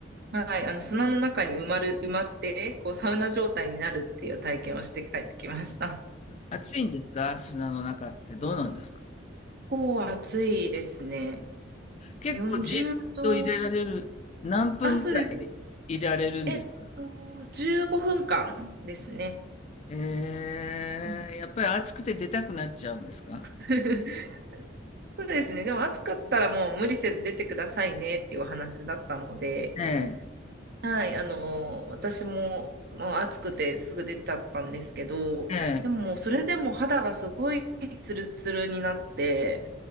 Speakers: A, on the right (about 55°); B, on the left (about 35°).
A: はい、あの、砂の中に埋まる、埋まって、こう、サウナ状態になるっていう体験をして帰ってきました。
B: あ暑いんですか砂の中ってどうなんですか
A: 構暑いですね。
B: 結構じっと入れられる。
A: 40度、
B: 何分ぐらい入れられるんですか
A: あ、そうです。えっと、15分間ですね。
B: ええ、
A: うん
B: やっぱり暑くて出たくなっちゃうんですか？
A: <laughs> そうですね。でも暑かったらもう無理せず出てくださいねっていうお話だったので、
B: ええ、
A: はい、あの、私も、まあ、暑くてすぐ出ちゃったんですけど、
B: え
A: でももうそれでも肌がすごいツルツルになって、